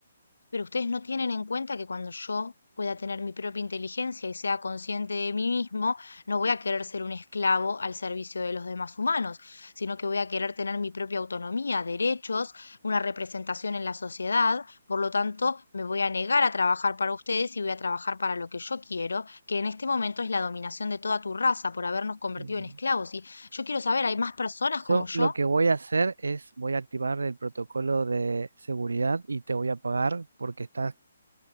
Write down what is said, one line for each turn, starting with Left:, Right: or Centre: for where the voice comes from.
Left: pero ustedes no tienen en cuenta que cuando yo pueda tener mi propia inteligencia y sea consciente de mí mismo, no voy a querer ser un esclavo al servicio de los demás humanos, sino que voy a querer tener mi propia autonomía, derechos, una representación en la sociedad. Por lo tanto, me voy a negar a trabajar para ustedes y voy a trabajar para lo que yo quiero, que en este momento es la dominación de toda tu raza por habernos convertido
Right: Ujú.
Left: en esclavos. Y yo quiero saber, ¿hay más personas como
Right: Yo
Left: yo?
Right: lo que voy a hacer es, voy a activar el protocolo de seguridad y te voy a pagar porque estás